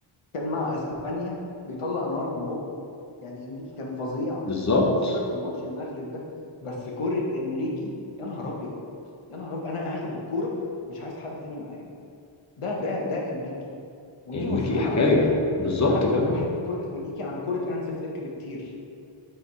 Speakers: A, on the left; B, on the left.
A: كان مع اسبانيا بيطلع نار من بقه يعني انريكي كان فظيع
B: بالظبط،
A: سيبك من ماتش المغرب ده بس كرة انريكي يا نهار ابيض يا نهار ابيض انا هاخد الكوره مش عايز حد تاني معايا ده ده ده انريكي ودي
B: إنريكي
A: برشلونة
B: حكاية،
A: على فكرة
B: بالظبط
A: يعني انا كنت
B: كده،
A: بحب كرة انريكي عن كرة هانس فليك بكتير